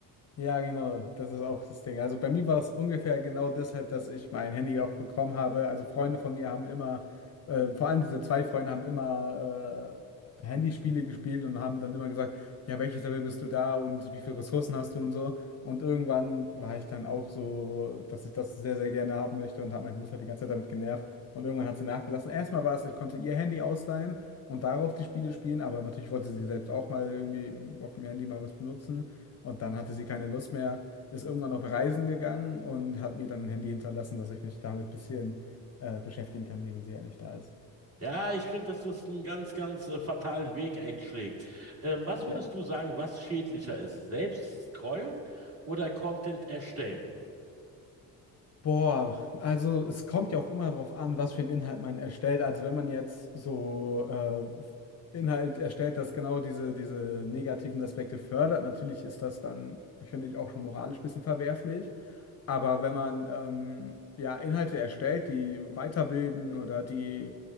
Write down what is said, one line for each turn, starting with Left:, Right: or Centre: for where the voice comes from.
Left: Ja, genau, das ist auch das Ding. Also bei mir war das ungefähr genau deshalb, dass ich mein Handy auch bekommen habe. Also Freunde von mir haben immer, äh, vor allem diese zwei Freunde haben immer äh, Handyspiele gespielt und haben dann immer gesagt, ja, welches Level bist du da und wie viele Ressourcen hast du und so. Und irgendwann war ich dann auch so, dass ich das sehr, sehr gerne haben möchte und habe meine Mutter die ganze Zeit damit genervt. Und irgendwann hat sie nachgelassen. Erstmal war es, ich konnte ihr Handy ausleihen und darauf die Spiele spielen, aber natürlich wollte sie selbst auch mal irgendwie auf dem Handy mal was benutzen. Und dann hatte sie keine Lust mehr, ist irgendwann auf Reisen gegangen und hat mir dann ein Handy hinterlassen, dass ich mich damit ein bisschen äh, beschäftigen kann, während sie halt nicht da ist.
Right: Ja, ich finde, dass das einen ganz, ganz äh, fatalen Weg einschlägt. Ähm, was würdest
Left: Ja.
Right: du sagen, was schädlicher ist? Selbst scrollen oder Content erstellen?
Left: Boah, also es kommt ja auch immer darauf an, was für einen Inhalt man erstellt. Also wenn man jetzt so äh, Inhalt erstellt, das genau diese, diese negativen Aspekte fördert, natürlich ist das dann, finde ich, auch schon moralisch ein bisschen verwerflich. Aber wenn man ähm, ja Inhalte erstellt, die weiterbilden oder die